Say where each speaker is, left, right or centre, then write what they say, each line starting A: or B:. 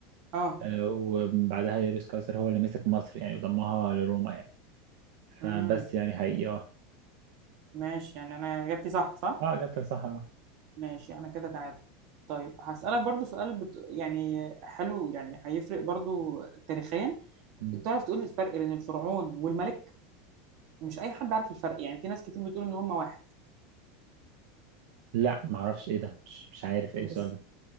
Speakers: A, on the right (about 45°); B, on the right (about 60°).
A: اه
B: آه وبعدها يوليوس قيصر هو اللي مسك مصر يعني وضمها لروما يعني فبس
A: امم
B: يعني حقيقي اه
A: ماشي يعني انا اجابتي صح صح
B: اه اجابتك صح آه.
A: ماشي انا كده تعادل طيب هسألك برضو سؤال بت... يعني حلو يعني هيفرق برضو تاريخيا
B: مم.
A: تعرف تقول لي الفرق بين الفرعون والملك مش اي حد عارف الفرق يعني في ناس كتير بتقول ان هم واحد
B: لا معرفش ايه ده مش, مش عارف ايه
A: بس
B: السؤال ده